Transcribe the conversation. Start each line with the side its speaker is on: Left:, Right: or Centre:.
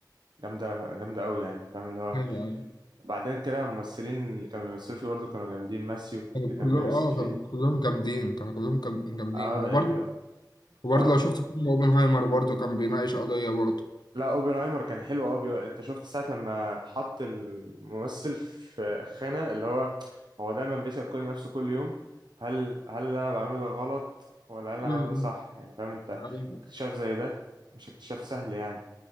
Right: جامدة جامدة أوي يعني فاهم اللي هو
Left: أيوة أيوة.
Right: بعدين كده الممثلين اللي كانوا بيمثلوا فيه برضه كانوا جامدين ماسيو
Left: كانوا
Right: اللي كان
Left: كلهم
Right: بيمثل
Left: أه
Right: فيه
Left: كانوا كلهم جامدين كانوا كلهم كام- جامدين
Right: اه
Left: وبرضه
Right: يعني
Left: وبرضه
Right: اه
Left: لو شفت فيلم أوبنهايمر برضه كان بيناقش قضية برضه
Right: لا اوبنهايمر كان حلو اه بي... انت شفت ساعة لما حط الممثل في خانة اللي هو هو دايما بيسأل كل نفسه كل يوم هل هل اللي انا بعمله ده غلط ولا هل انا
Left: أمم.
Right: بعمله ده صح يعني فاهم انت
Left: أيوة.
Right: اكتشاف زي ده مش اكتشاف سهل يعني